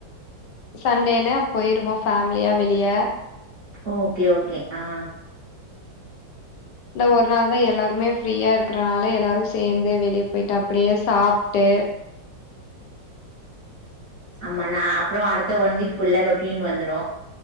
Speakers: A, on the left; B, on the right.
A: சண்டேனா போயிருவோ ஃபேமிலியா வெளிய
B: ஓகே ஓகே ஆ
A: இந்த ஒரு நாள் தா எல்லாருமே ஃப்ரீயா இருக்கறனால எல்லாரு சேர்ந்து வெளியே போயிட்டு அப்டியே சாப்ட்டு
B: ஆமா நா அப்றோ அடுத்த ஒன் வீக் ஃபுல்லா ரொட்டின் வந்துரூ